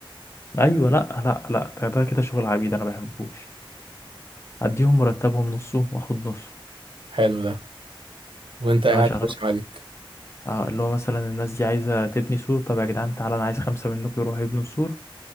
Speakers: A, on the left (about 30°); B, on the right (about 65°).
A: ايوه لا لا لا ده ده كده شغل عبيد انا ما بحبوش اديهم مرتبهم نصه واخد نصه
B: حلو ده وانت
A: اللي
B: قاعد
A: هو شغال
B: يا باشا مالك
A: اه اللي هو مثلا الناس دي عايزه تبني سور طب يا جدعان تعالى انا عايز خمسه منكم يروحوا يبنوا سور